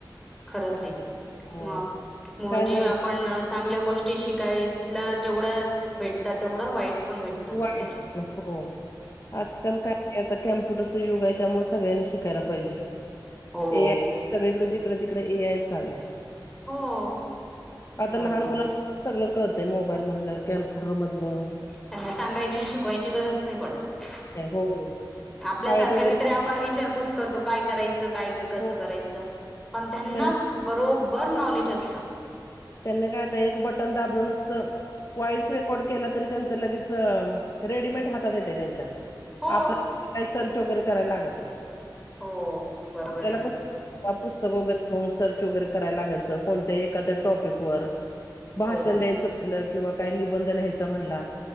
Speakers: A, in the centre; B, on the left.
A: खरंचेय
B: हो.
A: मग म्हणजे
B: काय झालं
A: आपण चांगल्या गोष्टी शिकाय यला जेवढ्या भेटतात तेवढं वाईट पण भेटतं
B: वाईट
A: खूप त्याचे
B: पण हो आजकाल काय आता कॅम्प्युटरच युग हाय त्यामुळे सगळ्यांनी शिकायला पाहिजे
A: हो
B: ए आय सगळीकड जिकड तिकड ए आय चाललंय
A: हो
B: आता लहान
A: बरोबर
B: मुला सगळं कळतय मोबाईल मधलं कम्प्युटर मधलं.
A: त्यांना सांगायची शिकवायची गरज नाही पडत.
B: हो
A: आपल्या
B: शाळेत
A: सारख्यांना
B: वगैरे
A: तरी आपण विचारपूस करतो काय करायचं काय कसं
B: हो
A: करायचं पण त्यांना
B: त्यां
A: बरोबर नॉलेज असतं.
B: त्यांना काय आता एक बटन दाबलं नुसतं वॉईस रेकॉर्ड केला तरी त्यांच लगेच रेडीमेंट हातात येतेय त्यांच्या
A: हो
B: आपल्या काय सर्च वगैरे करायला लागत नाही
A: हो बरोबर
B: आपल्याला
A: आहे ना
B: कस ह पुस्तक वगैरे घेऊन सर्च वगैरे करायला लागायचं कोणत्या एखाद्या टॉपिक वर भाषण
A: हो
B: द्यायचं म्हणलं किंवा काही निबंध लिहायचा म्हणला